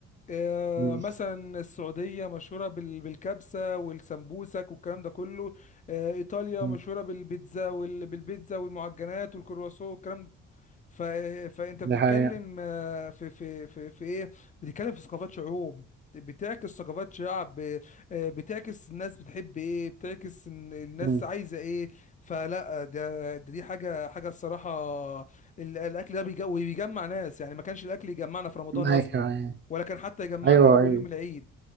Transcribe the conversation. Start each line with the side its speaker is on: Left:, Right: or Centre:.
Left: اه،
Right: مم.
Left: مثلا السعودية مشهورة بال- بالكبسة والسمبوسك والكلام ده كله اه، ايطاليا
Right: مم.
Left: مشهورة بالبيتزا وال- بالبيتزا والمعجنات والكرواسون والكلام ف... فانت بتتكلم
Right: دي حقيقة
Left: آه، في في في في ايه بتتكلم في ثقافات شعوب بتعكس ثقافات شعب ب- آه، بتعكس الناس بتحب ايه بتعكس إن الناس
Right: مم.
Left: عايزه ايه فلا ده, ده دي حاجه حاجه الصراحه ال- الاكل ده بيج- بيجمع ناس يعني ما كانش الاكل يجمعنا في رمضان
Right: ايوه
Left: اصلا ولا كان حتى يجمعنا
Right: ايوه
Left: اول
Right: ايوه
Left: يوم العيد